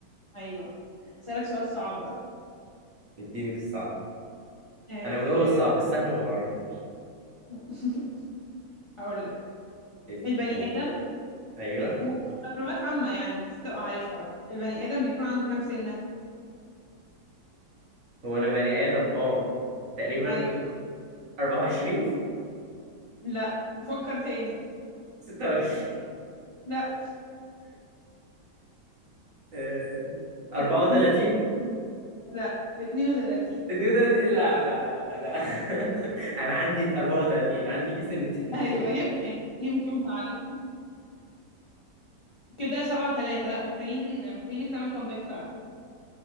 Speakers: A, on the left; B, on the right.
A: ايوه اسالك سؤال صعب بقى
B: اديني في الصعب
A: آه،
B: انا بجاوب الصعب بالسهل ما بعرفوش
A: <laughs> هقول لك
B: إد-
A: البني
B: قول
A: آدم
B: ايوه
A: بيكون معلومات عامة يعني المفروض تبقى عارفها بقى البني آدم بيكون عنده كام سنة
B: هو انا بني ادم اه تقريبا
A: ايوه
B: 24
A: لا فكر تاني
B: 26
A: لا
B: <laughs> آه، 34
A: اتنين لا 32
B: النيو ده لا لا لا لا <laughs> انا عندي 34 عندي في سن التنين
A: ايوه يمكن يمكن فعلا كده سبعة تلاتة لا محتاجين محتاجينك تعمل كومباك فعلا